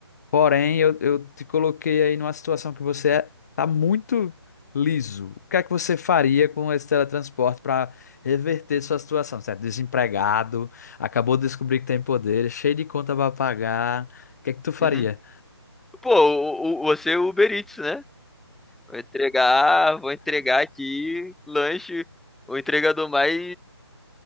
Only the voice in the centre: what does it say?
Uhum. Pô, o, o, você é Uber Eats, né? Vou entregar, vou entregar aqui lanche, o entregador mais,